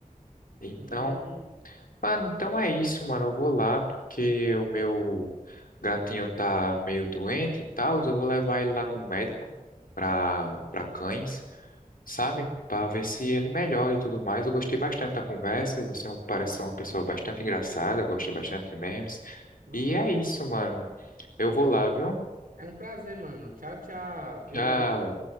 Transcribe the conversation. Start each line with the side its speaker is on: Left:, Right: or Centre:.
Left: Então,
Right: Hum,
Left: mano, então é isso, mano, eu vou lá, porque o meu gatinho tá meio doente e tal, eu vou levar ele lá no médico pra, pra cães. sabe? Para ver se ele melhora e tudo mais. Eu gostei bastante da conversa. Você é um- parece ser uma pessoa bastante engraçada, gosta bastante de memes.
Right: Gostou?
Left: E é isso, mano. Eu vou lá, viu?
Right: É um prazer, mano. Tchau, tchau. Beijo.
Left: tchau